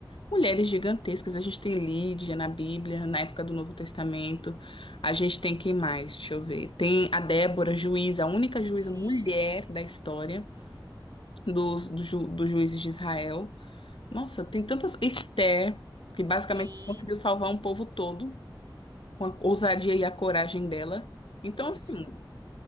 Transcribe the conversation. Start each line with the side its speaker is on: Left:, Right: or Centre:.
Left: Mulheres gigantescas, a gente tem Lídia na Bíblia, na época do Novo Testamento. A gente tem quem mais? Deixa eu ver. Tem a Débora, juíza, a única juíza
Right: Sim,
Left: mulher da história dos, do ju- dos juízes de Israel. Nossa, tem tantas. Esther, que basicamente
Right: sim,
Left: conseguiu salvar um povo todo com a ousadia e a coragem dela. Então,
Right: isso.
Left: assim.